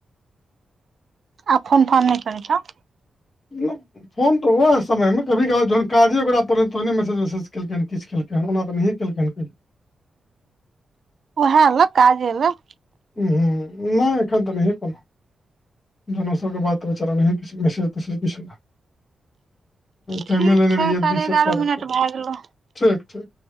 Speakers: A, on the right; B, on the left.
A: आब फोन फोन नहि करै छऊ
B: नहि फोन तऽ उएह समय मे कभी कभ जहन काजे ओकरा पड़ तहने मैसेज वसेज केलकै हऽ किछ केलक हे ओना तऽ केलके हन कहियो
A: ओहेय लऽ काजे लऽ
B: उहूँ नहि एखन तऽ नहिहे कोनो जहन ओ सबके बात बेचारा नहि कि मैसेज तसेज किछु नहि टाईमे
A: ठीक
B: लेने
A: छै
B: रहि
A: साढ़े
B: बीसे
A: एगारह
B: तारखे
A: मिनट भए गेलौ
B: ठीक ठीक